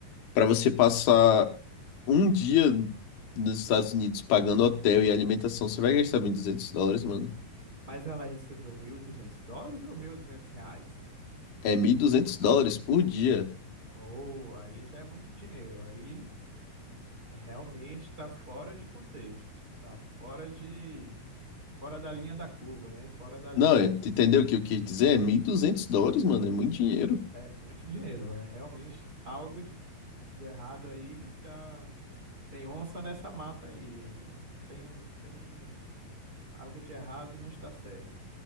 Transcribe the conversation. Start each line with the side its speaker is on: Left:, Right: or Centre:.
Left: pra você passar um dia nos Estados Unidos pagando hotel e alimentação, você vai gastar 1.200 dólares, mano.
Right: Mas ela recebeu 1.200 dólares ou 1.200 reais?
Left: É 1.200 dólares por dia.
Right: Oh, aí já é muito dinheiro. Aí é realmente está fora de contexto. Está fora de... Fora da linha da curva, né? Fora da linha.
Left: Não, é- tu entendeu o que eu quis dizer? É 1.200 dólares, mano, é muito dinheiro.
Right: É muito dinheiro. É realmente algo de, de errado aí. e Tá... Tem onça nessa mata aí, hein? Não Tem, não tem... Algo de errado não está certo.